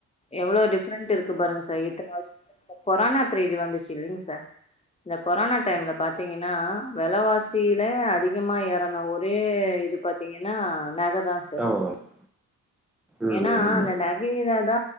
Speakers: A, on the left; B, in the centre.
A: எவ்ளோ டிஃப்ரெண்ட் இருக்கு பாருங்க சார் இத்தன வருசமா கொரோனா பிரீடு வந்துச்சு இல்லிங் சார் இந்த கொரோனா டைம்ல பாத்தீங்கன்னா வெலவாசில அதிகமா ஏறன ஒரே இது பாத்தீங்கன்னா நக தான் சார்
B: ஆமா மேடம் ம்
A: ஏன்னா
B: ம்
A: அந்த
B: ம்
A: நகை தா தா